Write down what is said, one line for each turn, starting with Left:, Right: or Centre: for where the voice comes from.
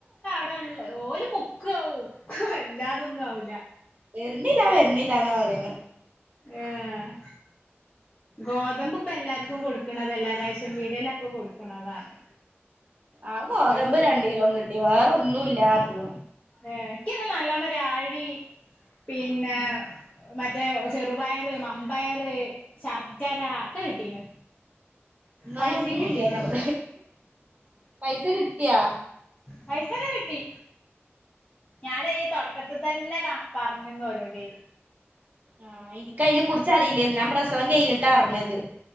Left: അടെള്ള ഓല് മുക്ക് ആവും അല്ലാതൊന്നും ആവില്ല
Right: ഇല്ലില്ലാ വരുന്നില്ലന്നാ പറയുന്ന
Left: ആഹ് ഗോതമ്പ് ഇപ്പൊ എല്ലാർക്കും കൊടുക്കണത് അല്ലേ റേഷൻ പീടയിലൊക്കെ കൊടുക്കണതാണ്
Right: ആഹ് ഗോതമ്പ്
Left: അത്
Right: രണ്ട് കിലോം കിട്ടി വേറെന്നും ഇല്ലാരുന്നു
Left: എനിക്ക്ന്താ നല്ലോണം രാഴി പിന്നെ മറ്റേ ചെറുപയർ മമ്പയർ ശർക്കര ഒക്കെ കിട്ടീന്
Right: ഇന്നനെ
Left: പൈസയും
Right: ഒന്നുമല്ലന്നടെ
Left: കിട്ടീന്
Right: പൈസ കിട്ടിയാ
Left: പൈസൊക്കെ കിട്ടി ഞാന ക്കത്ത് തന്നെ കാ പറഞ്ഞന്ന ഓരോട്
Right: ആഹ് എനിക്ക്‌ അയിനെ കുറിച്ചറിയില്ലേന്ന്
Left: അപ്പൊ
Right: ഞാൻ പ്രസവം കഴഞ്ഞിട്ട അറിഞ്ഞത്